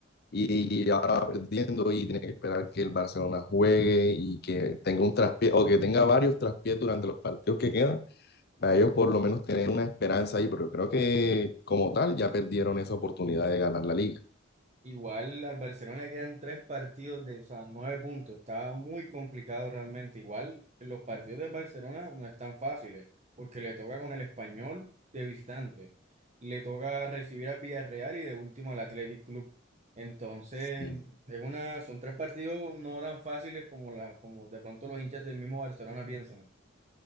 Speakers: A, on the left; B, on the right.
A: y ahora va perdiendo y tiene que esperar que el Barcelona juegue y que tenga un traspié o que tenga varios traspiés durante los partidos que quedan, para ellos por lo menos tener una esperanza ahí, pero yo creo que como tal ya perdieron esa oportunidad de ganar la liga.
B: Igual al Barcelona le quedan tres partidos de, o sea, nueve puntos. Está muy complicado realmente. Igual los partidos del Barcelona no están fáciles, porque le toca con el Español de visitante. Le toca recibir al Villarreal y de último al Athletic Club. Entonces,
A: Sí,
B: es una, son tres partidos no tan fáciles como la, como de pronto los hinchas del mismo Barcelona piensan.